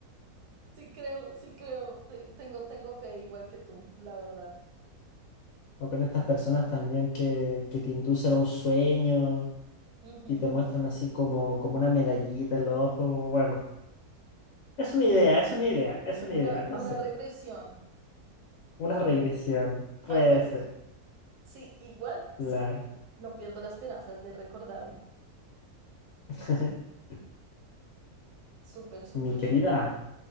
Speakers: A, on the right; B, on the left.
A: sí creo, sí creo. Te- Tengo, tengo fe igual que tú, la verdad.
B: O con estas personas también que, que te inducen a un sueño
A: Ujú.
B: y te muestran así como, como una medallita en los ojos. Bueno, es una idea, es una idea, es una
A: Una,
B: idea, no
A: una
B: sé.
A: regresión,
B: Una regresión, puede
A: algo así.
B: ser,
A: Sí, igual,
B: claro.
A: sí. No pierdo las esperanzas de recordarme.
B: <laughs>
A: Súper, súper
B: Mi querida.
A: chévere.